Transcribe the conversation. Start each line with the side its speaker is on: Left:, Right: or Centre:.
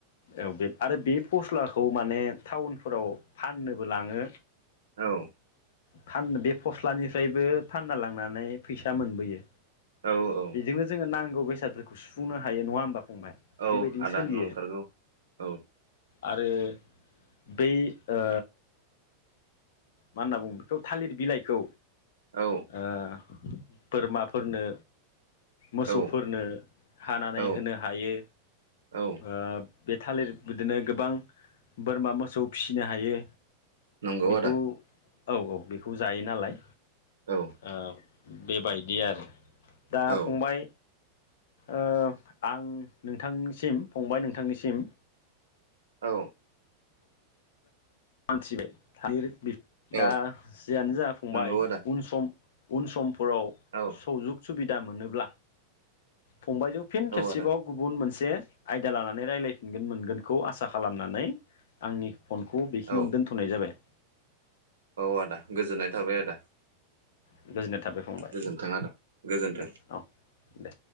Left: औ बे आरो बे फस्ला खौ माने टाउनफोराव फाननोबो लाङो।
Right: औ।
Left: फान बे फस्लानिफ्रायबो फानना लांनानै फैसा मोनबोयो।
Right: औ औ
Left: बेजोंनो जोङो नां गौ बेसादफोरखौ सुुंफुंनो हायो नङा होमबा। फंबाय
Right: औ
Left: बेबायदि
Right: आदा
Left: सोलियो
Right: नंथारगौ औ।
Left: आरो बेै ओ मा होनना बुंङो बेखौ थालिर बिलाइखौ
Right: औ
Left: ओ बोरमाफोरनो मोसौफोरनो
Right: औ
Left: हानानै
Right: औ
Left: होनो हायो
Right: औ
Left: ओ बे थालिर बिदिनो गोबां बोरमा मोसौ फिसिनो हायो।
Right: नंगौ
Left: बेखौ
Right: आदा।
Left: औ औ बेखौ जायो नालाय।
Right: औ
Left: ओ बेबायदि आरो। दा
Right: औ
Left: फंबाय ओ आं नोंथांनिसिम फंबाय नोंथांनिसिम
Right: औ।
Left: आं थिबाय थालिर बि दा
Right: औ
Left: जियानो जा फंबाय
Right: नंगौ आदा
Left: उन सम उन सम फोराव
Right: औ
Left: सौजुग सुबिदा मोनोब्ला फंबायजों फिन खेबसेबाव
Right: आदा
Left: गुबुन मोन से आयदा लानानै रायलायफिनगोन मोनगोनखौ आसा खालामनानै आंनि फनखौ बेखिनियावनो
Right: औ
Left: दोनथ'नाय जाबाय।
Right: औ आदा गोजोननाय थाबाय आदा।
Left: <unintelligible> थाबाय फंबाय
Right: गोजोन्थों आदा गोजोन्थों
Left: दे औ दे।